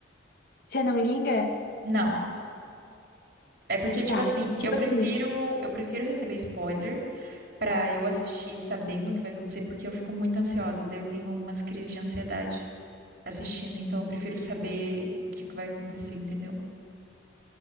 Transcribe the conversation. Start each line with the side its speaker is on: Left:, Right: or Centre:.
Left: Você não liga?
Right: não. É porque, tipo
Left: Tá.
Right: assim,
Left: Tipo
Right: eu prefiro,
Left: assim,
Right: eu prefiro receber spoiler pra eu assistir sabendo o que vai acontecer, porque eu fico muito ansiosa, daí eu tenho algumas crises de ansiedade. assistindo, então eu prefiro saber o que que vai acontecer, entendeu?